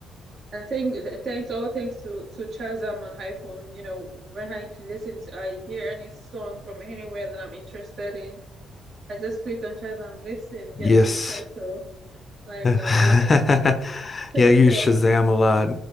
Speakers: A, on the right; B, on the left.
A: And thank, thanks, all thanks to to Chazam on iPhone. You know, when I listen, to, I hear any song from anywhere that I'm interested in. I just click on Shazam, listen, get
B: Yes.
A: me the title, and I
B: <laughs>
A: download it. Straight
B: Yeah, I use
A: up.
B: Shazam a lot.